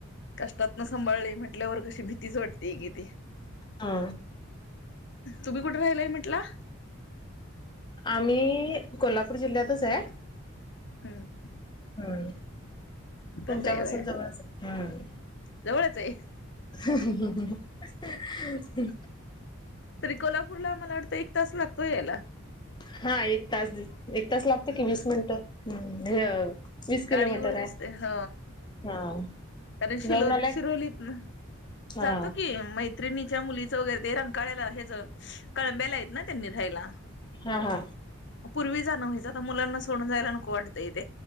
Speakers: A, on the left; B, on the left.
A: कष्टात न सांभाळले म्हंटल्यावर कशी भीतीच वाटतेी.
B: हा.
A: तुम्ही कुठे राहिलय म्हंटला.
B: आम्ही कोल्हापूर जिल्ह्यातच आहे.
A: हम्.
B: हम्म तुमच्या
A: तच आहे
B: पाासून
A: व्हय
B: जवळ हम्म.
A: जवळच आहे
B: ही ही
A: तरी कोल्हापूरला आम्हाला वाटत एक तास लागतो यायला.
B: हा एक तास एक तास लागते
A: हम्म
B: की वीस मिनिटं हम्म हे वीस किलोमीटर
A: गाडीवर
B: आहे
A: असते ह
B: हा.
A: कारण शिलो
B: जाऊन आलाय
A: शिरोलीतन
B: हा
A: जातो की मैत्रिणीच्या मुलीचं ते रंग कळंब्याला यायचं त्यांनी राहायला
B: हा हा
A: पूर्वी जाण व्हायच आता मुलांना सोडून जायला नको वाटत.